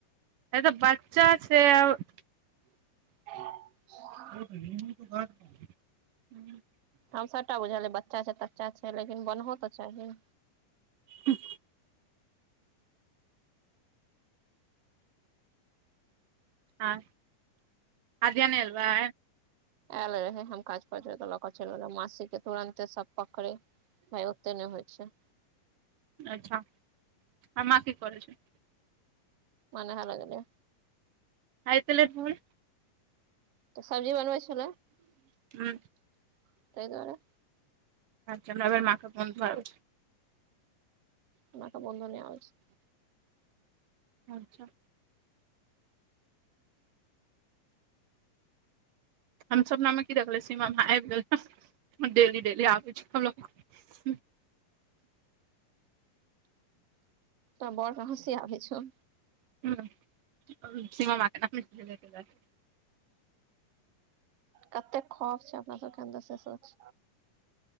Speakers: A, on the right (about 75°); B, on the right (about 55°).
A: है तऽ बच्चा छै और-
B: ह <inaudible>
A: <unintelligible>
B: हम सबटा बुझलए बच्चा छैय तच्चा छैय लेकिन बनहो तऽ चाही।
A: हू- आँ अध्या नेै लेवे?
B: एल रहै हम काज पर तऽ लऽ के चैल गेलै मासी के तूुरानते सब पकरेै। नै ओते नेै होइ छैय।
A: अच्छा अम्मा की करेै छैय?
B: माँ नहाले गेलेै।
A: आइ एते लेट भुल।
B: तऽ सब्जी बनबै छेलै तैय
A: हूँ
B: दुआरे।
A: अच्छा नेहा माँ के फोन कर।
B: हमरा तऽ मोनो नै आबेै छैय।
A: अच्छा हम सपना मे की देखलेियै सीमा माय आब गेल डेली डेली आबेै छैय हमरा पास।
B: तोहर बड़ के हँसी आबै छौ।
A: हँ सीमा माँ के <unintelligible>
B: कतेक खौफ छैय अपना सबके अन्दर से सोच।